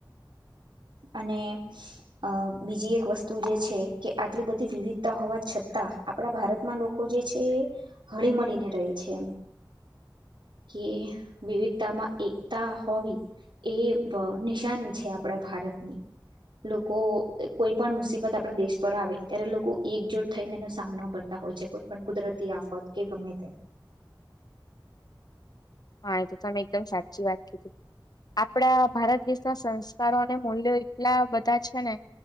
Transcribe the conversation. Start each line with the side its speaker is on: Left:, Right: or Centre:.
Right: અને અ બીજી એક વસ્તુ જે છે કે આટલી બધી વિવિધતા હોવા છતાં આપણા ભારતમાં લોકો જે છે એ હળી મળીને રહે છે એમ કે વિવિધતામાં એકતા હોવી એ પ નિશાની છે આપણા ભારતની લોકો કોઈ પણ મુસીબત આપણા દેશ પર આવે ત્યારે લોકો એકજુઠ થઈને એનો સામનો કરતા હોય છે. કોઈ પણ કુદરતી આફત કે ગમે તે
Left: હા એ તો તમે એકદમ સાચી વાત કીધી. આપડા ભારત દેશના સંસ્કારો અને મૂલ્યો એટલા બધા છે ને